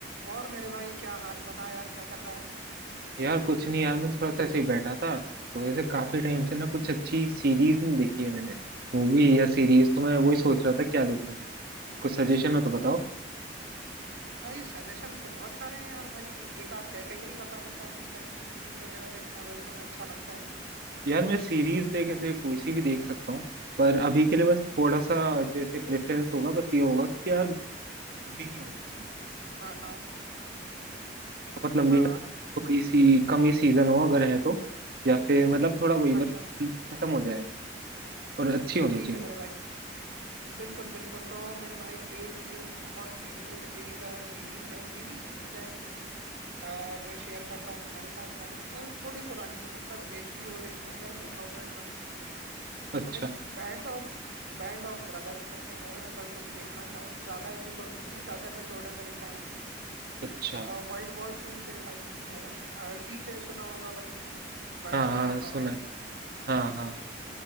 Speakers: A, on the right (about 80°); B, on the right (about 55°).
A: और मेरे भाई क्या हाल बता यार क्या कर रहा है
B: यार कुछ नहीं यार मैं थोड़ा सा ऐसे ही बैठा था तो ऐसे काफी टाइम से ना कुछ अच्छी सीरीज नहीं देखी है मैंने मूवी या सीरीज
A: अच्छा
B: तो मैं वही सोच रहा था क्या देखूं कुछ सजेशन हो तो
A: हम्म
B: बताओ
A: हम्म भाई सजेशंस तो बहुत सारे हैं यार भाई एक आध कैटेगरी बता देता किस टाइप की सीरीज वगैरह देखना भाई तुम्हें अच्छा लगता है
B: यार मैं सीरीज देख ऐसे कोई सी भी देख सकता हूँ पर अभी के लिए बस थोड़ा सा जैसे प्रेफरेंस होगा बस ये होगा कि यार लंबी नहीं होनी चाहिए
A: हाँ हाँ
B: बहुत लंबी
A: हाँ
B: ना
A: हाँ
B: थोड़ी सी कम ही सीजन हो अगर है तो या फिर मतलब थोड़ा वही
A: अच्छा
B: बस
A: अच्छा
B: जल्दी खत्म हो जाए बस और अच्छी होनी
A: ठीक
B: चाहिए
A: है मेरे
B: बस
A: भाई बिल्कुल बिल्कुल तो मेरे भाई एक मेरी बहुत फेवरेट एक सीरीज है मिनी सीरीज है एक्चुअली मैं शेयर करता हूँ तुम्हारे साथ भाई अ, थोड़ी पुरानी है मतलब एचबीओ ओरिजिनल है टू थाउजेंड वन की है
B: अच्छा
A: भाई बैंड ऑफ बैंड ऑफ ब्रदर्स करके है अगर तुम देखना चाहो ज्यादा एपिसोड नहीं है दस एपिसोड है मेरे ख्याल से
B: अच्छा
A: वर्ल्ड वॉर टू के टाइम की है डी डे सुना होगा भाई तुमने बैटल
B: हाँ हाँ
A: ऑफ नॉर्मंडी
B: सुना है हाँ हाँ